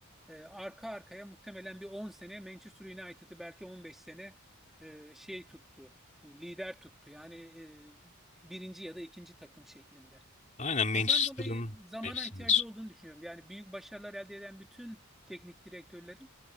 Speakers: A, in the centre; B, on the left.
A: e, arka arkaya muhtemelen bir 10 sene Manchester United'ı belki 15 sene e, şey tuttu, e, lider tuttu. Yani e, birinci ya da ikinci takım şeklinde.
B: Aynen Manchester'ın
A: Ondan dolayı zamana
B: hepsinde.
A: ihtiyacı olduğunu düşünüyorum. Yani büyük başarılar elde eden bütün teknik direktörlerin